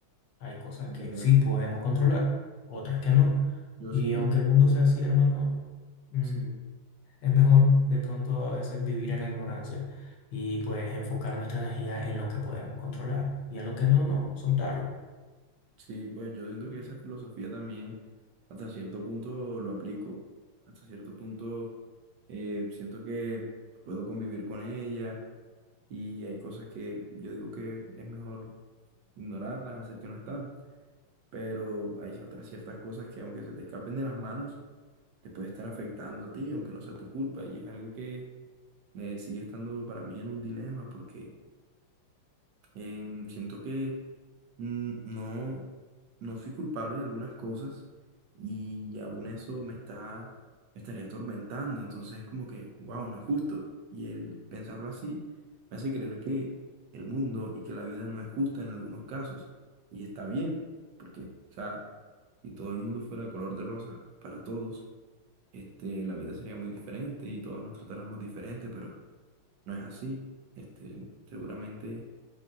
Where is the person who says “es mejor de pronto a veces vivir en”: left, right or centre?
Left